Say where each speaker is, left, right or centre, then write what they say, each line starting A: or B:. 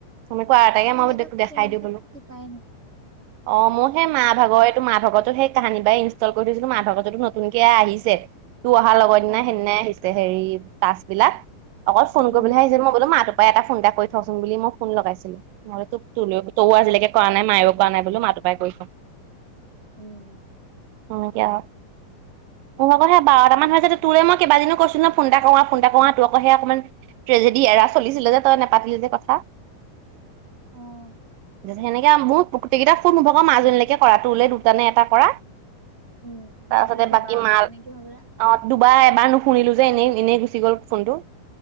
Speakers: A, on the right; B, on the right.
A: তমি কোৱা আটাইকে মই
B: সেইটো
A: দেখাই
B: ফোনটোত
A: দিওঁ বোলোঁ।
B: টিপাই নাই।
A: অ' মোৰ সেই মা অ' এইটো মা ভাগতো সেই তাহানিবা ইনষ্টল কৰি থৈছিলোঁ। মা ভাগতোত নতুনকে আহিছে। তোৰ অহাৰ লগৰ দিনা
B: অ',
A: সেইদিনাই আহিছে। হেৰি ত্ৰাছ বিলাক অকল ফোন
B: উম,
A: কৰিবলৈ আহিছে মই বোলোঁ মা টোৰপা তাই এটা ফোন এটা কৰি থওঁচোন বুলি। মই ফোন লগাইছিলোঁ নহ'লে তোক তো তৌও আজিলৈকে কৰা নাই মাইয়ো কৰা নাই বোলোঁ মাত পাই কৰি থওঁ
B: উম।
A: অ' এতিয়া তোৰক মই অকন বাৰটাম মান হৈছে তোৰলৈ মই কেইবাদিনো কৈছো ন ফোন এটা কৰোঁ আহ ফোন এটা কৰোঁ তোৰ অ'ক সেই অকণমান ট্ৰেজেডি এৰা চলিছিলে যে তই নোপাতিলি যে কথা
B: অ',
A: সেনেকে মোৰ গোটেইকেইটাক ফোন মোভাগক মাজনীলৈকে কৰা টোলে দুটা নে এটা কৰা
B: উম,
A: তাৰপাছতে
B: মোলৈ
A: বাকী
B: দুবাৰৰ
A: মাল
B: কৰা নেকি হ'বলা।
A: অ দুবাৰ এবাৰ নুশুনিলোঁ যে এনেই এনেই গুচি গ'ল ফোনটো।